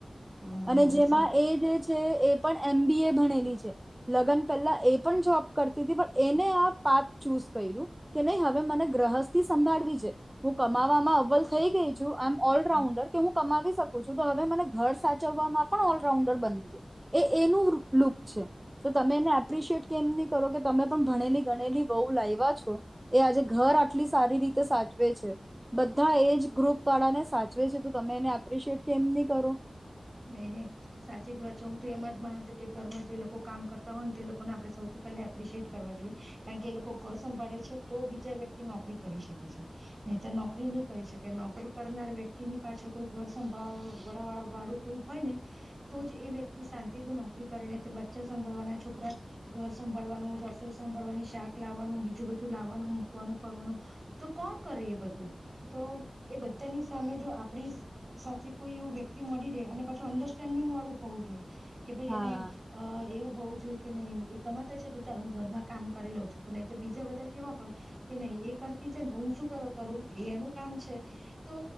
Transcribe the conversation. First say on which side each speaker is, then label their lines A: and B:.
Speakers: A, on the right; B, on the right.
A: હમ
B: અને જેમાં
A: સાચ
B: એ જે છે એ પણ એમ બી એ ભણેલી. છે લગન પેલા. એ પણ જોબ કરતી તી પણ એને આ પાત ચૂઝ કર્યું કે નહી હવે મને ગ્રહસ્થથી સંભાળવી છે હું કમાવામાં અવલ થઈ ગઈ છું અમ ઓલરાઉન્ડર
A: હમ
B: કે હું કમાવીશ. તકું તો છો હવે મને ઘર સાચવવામાં પણ ઓલરાઉન્ડર બન્યું છે એ એનું લુક છે તો તમે એમા પ્રિશિએટ કેમ ની કરો કે તમે પણ ભણેલી ગણેલી વહુ લાવવા છો એ આજે ઘર આટલી સારી રીતે સાચવે છે બધા એજ ગ્રુપ વાળાને સાચવે છે તો તમે એને એપ્રિશિયટ કેમ ની કરો.
A: નહી નહી સાચી જ વાત છે હું તો એમ જ માનું છું કે ઘરમાં જે લોકો કામ કરતા હોય ને તે લોકોને આપડે સૌથી પહેલા એપ્રિશિએટ કરવા જોઈએ કારણ કે એ લોકો ઘર સંભાળે છે તો બીજા વ્યક્તિ નોકરી કરી શકે છે નહી તો નોકરી નહી કરી શકે નોકરી કરનાર વ્યક્તિની પાછળ કોઈ ઘર સંભાળ વાળું કોઈ હોય ને તો જ એ વ્યક્તિ શાંતિ થી નોકરી કરે ને તો બચ્ચા સંંભળવાના છોકરા ઘર સંભળવાનું રસોઈ સંભળવાની શાક લાવવાનું બીજું બધું લાવવાનું મૂકવાનું કરવાનું તો કોણ કરે એ બધું તો એ બધાની સામે જો આપડી સાથે કોઈ એવું વ્યક્તિ મળી રે. અને પછું અંડરસ્ટેન્ડિંગ વાળું હોવું જોઈએ. કે ભાઈ
B: હા
A: એને અ એવું હોઉ જોય કે નહી એ કમાતા છે તો ચાલ હું ઘરમાં કામ કરી લઉં છું પણ તો બીજા બધા કેવા હોય કે નહી એ કરતી છે ને હું શું કર કરું એનું કામ છે તો